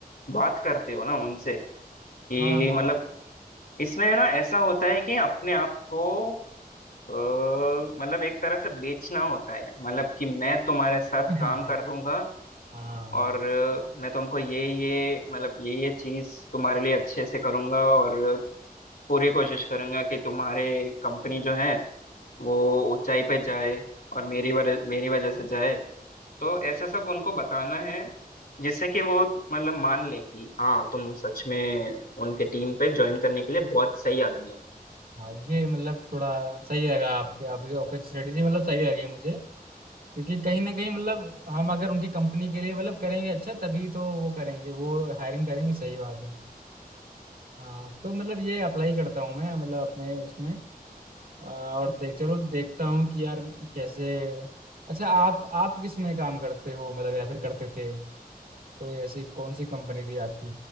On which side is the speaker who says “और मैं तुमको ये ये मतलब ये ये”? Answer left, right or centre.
Left